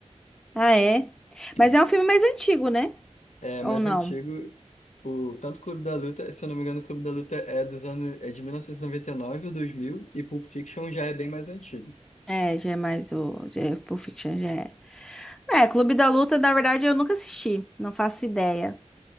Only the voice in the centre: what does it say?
Ah, é.
Mas é um filme mais antigo, né?
Ou
não?
É, já é mais o. Já é, Pulp Fiction já é. É, Clube da Luta, na verdade, eu nunca assisti, não faço ideia.